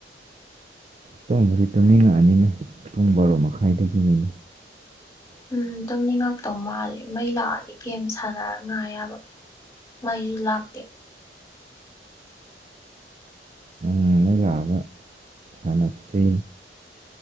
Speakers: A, on the right; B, on the left.
A: ꯇꯨꯝꯕꯨꯗꯤ ꯇꯨꯝꯅꯤꯡꯉꯛꯑꯅꯤꯅꯦ ꯄꯨꯡ ꯕꯥꯔꯣ ꯃꯈꯥꯏꯗꯒꯤꯅꯤ
B: ꯎꯝ ꯇꯝꯅꯤꯡꯉꯛ ꯥ ꯇꯧ ꯃꯥꯜꯂꯦ ꯃꯩ ꯂꯥꯛꯑꯗꯤ ꯒꯦꯝ ꯁꯥꯟꯅꯔꯒ ꯉꯥꯢ ꯌꯥꯕ ꯃꯩꯁꯨ ꯂꯥꯛꯇꯦ
A: ꯎꯝ ꯃꯩ ꯂꯥꯛꯑꯒ ꯁꯥꯟꯅꯁꯦ